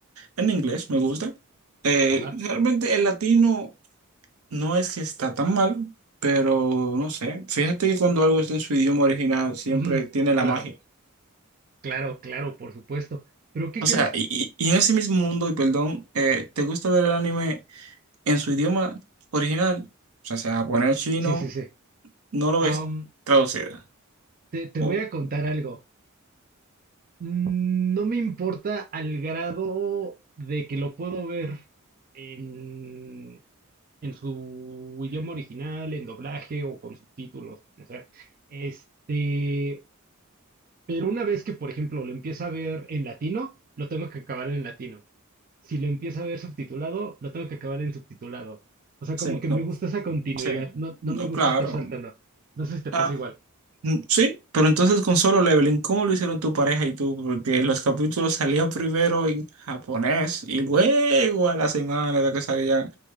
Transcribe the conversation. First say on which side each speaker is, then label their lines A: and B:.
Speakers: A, on the right; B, on the right.
A: En inglés me gusta. Eh,
B: Ajá.
A: realmente el latino no es que está tan mal, pero no sé. Fíjate que cuando algo está en su idioma original siempre
B: Ujú.
A: tiene la
B: Claro,
A: magia.
B: claro, claro, por supuesto. Pero ¿qué
A: O
B: crees?
A: sea, y, y- y en ese mismo mundo, y perdón, eh, ¿te gusta ver el anime en su idioma original? O sea, sea japonés, chino,
B: Sí, sí, sí.
A: no lo ves
B: Am,
A: traducido.
B: te, te
A: O
B: voy a contar algo. Mm, No me importa al grado de que lo puedo ver en, en su idioma original, en doblaje o con subtítulos, como sea. Este, pero una vez que, por ejemplo, lo empieza a ver en latino, lo tengo que acabar en latino. Si lo empieza a ver subtitulado, lo tengo que acabar en subtitulado. O sea,
A: Sí,
B: como que me
A: no,
B: gusta esa continuidad,
A: sí,
B: no,
A: no,
B: no me gusta
A: claro.
B: estar saltando. No sé si te
A: Ah,
B: pasa igual.
A: mm, sí, pero entonces con Solo Leveling, ¿cómo lo hicieron tu pareja y tú? Porque los capítulos salían primero en japonés y luego a la semana era que salían